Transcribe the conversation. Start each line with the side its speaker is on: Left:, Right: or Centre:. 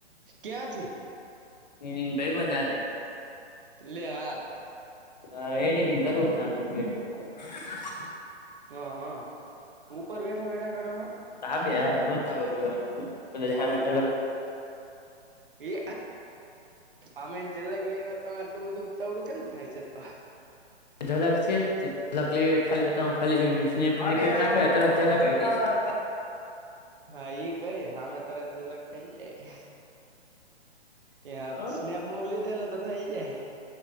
Right: ક્યાંથી
Left: એની ભઈબંધે હારે
Right: લે હાલ.
Left: હવે એડિટિંગ કરું છુ શાંતિ થી બેઠો બેઠો
Right: હા હા ઉપર બેઠા બેઠા કરો હ
Left: તપે આવે રોજ઼ ધાબે કરું કદાચ હામે થી
Right: હા એ આમે જલગ લ તમે આટલું બધું ઉતાવળું કેમ થાય છે તો
Left: ઝલક છેક લ ખાલી હ ખાલીપ ના ત લક આ જાય <unintelligible>
Right: હા ઈ કરી હામે તરત જલક આઈ જાય એ હા
Left: છે
Right: સ્નેપ મોકલી દે ને તો થઈ જાય